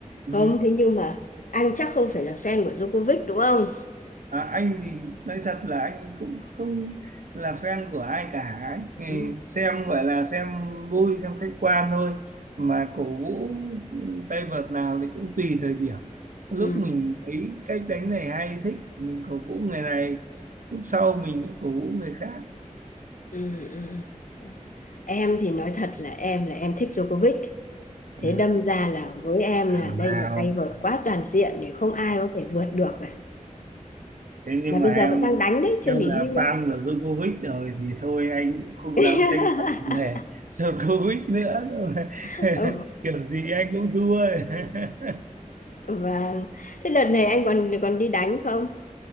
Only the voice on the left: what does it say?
không thế nhưng mà anh chắc không phải là fan của Djokovic đúng không?
Ừ,
ừ,
ừ, ừ. Em thì nói thật là em là em thích Djokovic. Thế
đâm ra là với em
là đây
là tay vợt quá toàn diện thì không ai có thể vượt được cả.
Mà
bây giờ
vẫn đang đánh đấy, chưa
nghỉ
hưu
đâu.
<laughs>
Ừ.
Vâng. Thế đợt này anh còn còn đi đánh không?